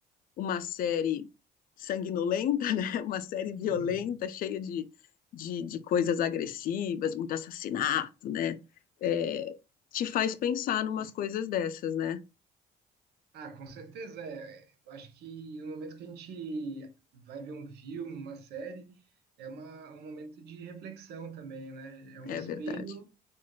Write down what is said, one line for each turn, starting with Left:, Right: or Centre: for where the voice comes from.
Left: uma série sanguinolenta, <laughs> né? Uma série violenta,
Right: formas.
Left: cheia de, de, de coisas agressivas, muito assassinato, né? É, te faz pensar numas coisas dessas, né?
Right: Ah, com certeza é. Eu acho que no momento que a gente vai ver um filme, uma série, é uma, um momento de reflexão também, né? É um
Left: É
Right: espelho,
Left: verdade.